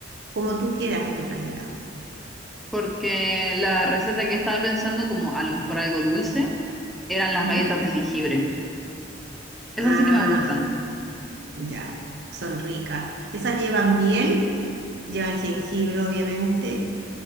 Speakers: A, on the right; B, in the centre.
A: como tú quieras en realidad.
B: porque la receta que yo estaba pensando, como a lo mejor algo dulce, eran las
A: ¿Mm?
B: galletas de jengibre. Esas
A: Ah,
B: sí que me gustan,
A: ya, son ricas. Esas llevan miel, llevan jengibre, obviamente,